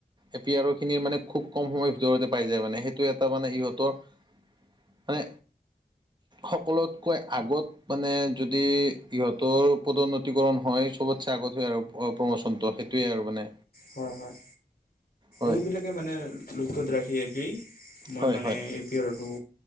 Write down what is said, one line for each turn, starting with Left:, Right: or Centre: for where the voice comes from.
Right: এপিয়াৰখিনি মানে খুব কম সময়ৰ ভিতৰতে পাই যায়, মানে সেইটো এটা মানে ইহঁতৰ মানে সকলোতকৈ আগত মানে যদি ইহঁতৰ পদোন্নতিকৰণ হয় চবতচে আগত হয় আৰু প্ৰমোচনটো, সেই সেইটোৱেই আৰু মানে।
Left: হয়। হয়
Right: হয়
Left: এইবিলাকে মানে লক্ষ্যত ৰাখি একেই মই
Right: হয়
Left: মানে
Right: হয়
Left: এ পি আৰটো